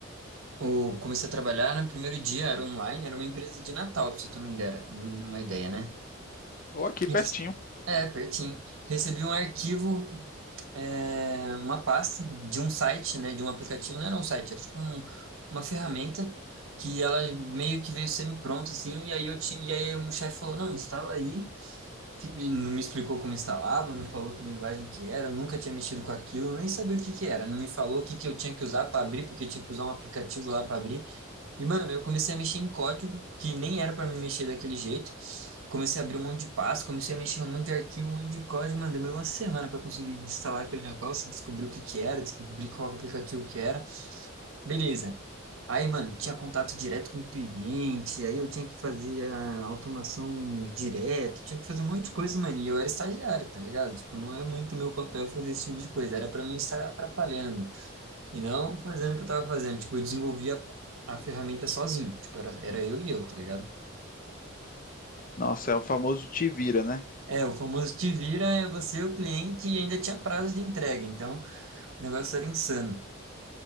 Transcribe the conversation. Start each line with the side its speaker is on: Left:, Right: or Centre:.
Right: o, comecei a trabalhar no primeiro dia, era online, era uma empresa de Natal, pra você ter uma ideia, uma ideia, né?
Left: Ou aqui pertinho.
Right: Rece- É, pertinho. Recebi um arquivo é, uma pasta de um site, né, de um aplicativo, não era um site, era tipo um- uma ferramenta que ela meio que veio semi-pronta, assim, e aí eu tinha, e aí o meu chefe falou, não, instala aí, e não me explicou como instalava, não falou que linguagem que era, eu nunca tinha mexido com aquilo, nem sabia o que que era, não me falou o que que eu tinha que usar para abrir, porque eu tinha que usar um aplicativo lá para abrir, e, mano, eu comecei a mexer em código, que nem era pra me mexer daquele jeito. Comecei a abrir um monte de pasta, comecei a mexer em um monte de arquivo, um monte de código, mano. Demorou uma semana pra conseguir instalar aquele negócio, descobrir o que que era, descobrir qual aplicativo que era. Beleza. Aí, mano, tinha contato direto com o cliente, aí eu tinha que fazer a automação direto, tinha que fazer um monte de coisa, mano. E eu era estagiário, tá ligado? Tipo, não é muito meu papel fazer esse tipo de coisa, era pra mim estar atrapalhando. E não fazendo o que eu tava fazendo. Tipo, eu desenvolvia a ferramenta sozinho. Tipo, era, era eu e eu, tá ligado?
Left: Nossa, é o famoso te vira, né?
Right: É, o famoso te vira, é você o cliente e ainda tinha prazo de entrega. Então, o negócio era insano.